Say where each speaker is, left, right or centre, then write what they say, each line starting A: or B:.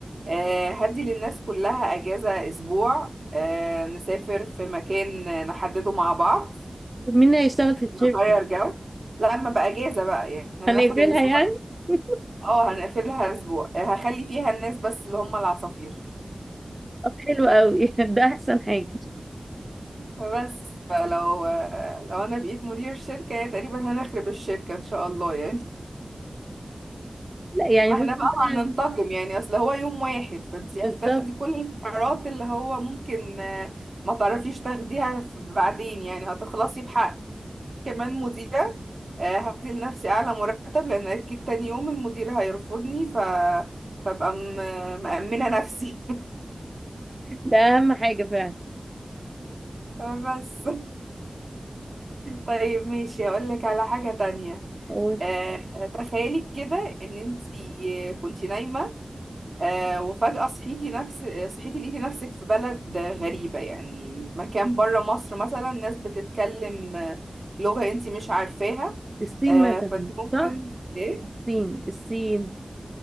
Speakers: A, on the right; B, on the right.
A: آه، هدي للناس كلها اجازة اسبوع آه، نسافر في مكان نحدده مع بعض
B: طب مين هيشتغل في الشركه
A: نغير جو لا اما بقى اجازة بقى يعني احنا
B: هنقفلها
A: هناخد الاسبوع
B: يعني <laughs>
A: اه هنقفلها اسبوع آه، هخلي فيها الناس بس اللي هم العصافير
B: طب حلو قوي <laughs> ده احسن حاجه
A: بس فلو لو انا بقيت مدير شركة يا تقريبا هنخرب الشركة ان شاء الله يعني
B: لا يعني
A: ما
B: بصي
A: احنا بقى
B: بقى
A: هننتقم يعني اصل هو يوم واحد فانت هتاخدي
B: بالظبط
A: كل القرارات اللي هو ممكن آه، ما تعرفيش تاخديها في- بعدين يعني هتخلصي بحق كمان مديرة آه، هدي لنفسي اعلى مرتب لان اكيد تاني يوم المدير هيرفضني ف فابقى م- مأمنة نفسي
B: ده اهم حاجه فعلا
A: <laughs> بس طيب ماشي هقول لك على حاجة تانية
B: هو
A: آه، تخيلي كده ان انت كنتي نايمه آه، وفجاه صحيتي نفس صحيتي لقيتي نفسك في بلد غريبه يعني مكان بره مصر مثلا ناس بتتكلم آه، لغه انت مش عارفاها
B: الصين
A: آه،
B: مثلا
A: فانت ممكن
B: صح
A: ايه
B: الصين الصين